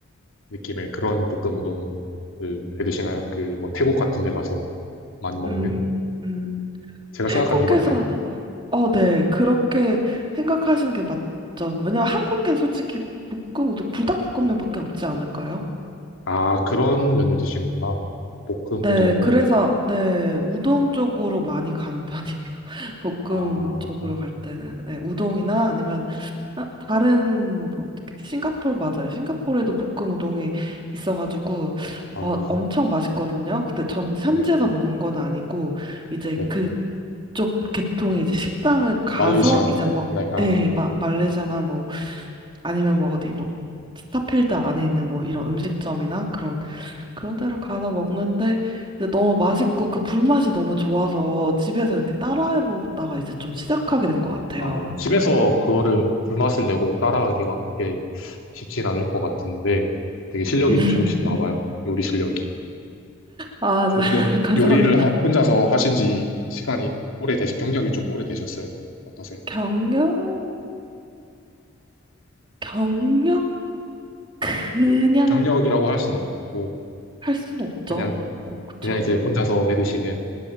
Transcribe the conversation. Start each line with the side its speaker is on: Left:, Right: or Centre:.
Left: 느낌의 그런 볶음 우동을 해 드시나요? 그 뭐 태국 같은 데 가서 많이 먹는?
Right: 음, 음,
Left: 제가 생각한
Right: 태국에서,
Left: 게 맞나요?
Right: 어, 네, 그렇게 생각하시는 게 맞죠. 왜냐면 한국엔 솔직히 볶음 우동, 불닭볶음면밖에 없지 않을까요?
Left: 아, 그런 면을 드시는구나. 볶음
Right: 네,
Left: 우동.
Right: 그래서, 네, 우동 쪽으로 많이 가는 편이에요. <laughs> 볶음
Left: 아,
Right: 쪽으로 갈 때는. 네, 우동이나 아니면, 아, 다른, 뭐, 싱가폴 맞아요. 싱가폴에도 볶음 우동이 있어가지고,
Left: 아,
Right: 어, 엄청 맛있거든요. 근데 전 현지에서
Left: 네,
Right: 먹은 건 아니고, 이제
Left: 네.
Right: 그쪽 계통의 이제 식당을 가서,
Left: 말레이시아.
Right: 이제 뭐,
Left: 네, 아,
Right: 예, 마, 말레이시아나 뭐, 아니면 뭐 어디 뭐, 스타필드 안에 있는 뭐 이런 음식점이나 그런 그런 데를 가서 먹는데 이제 너무 맛있고 그 불맛이 너무 좋아서 집에서 이렇게 따라해 보다가 이제 좀 시작하게 된 것 같아요.
Left: 아, 집에서 그거를 불맛을 내고 따라하기가 그렇게 쉽진 않을 것 같은데 되게 실력이
Right: <laughs>
Left: 좋으신가 봐요. 요리 실력이.
Right: 아,
Left: 조금
Right: 네. <laughs> 감사합니다.
Left: 요리를 하- 혼자서 하신 지 시간이 오래되시, 경력이 좀 오래되셨어요? 어떠세요?
Right: 경력, 경력 그냥
Left: 경력이라고 할 수는 없고,
Right: 할 순 없죠.
Left: 그냥,
Right: 어, 그쵸.
Left: 그냥 이제 혼자서 해드시는,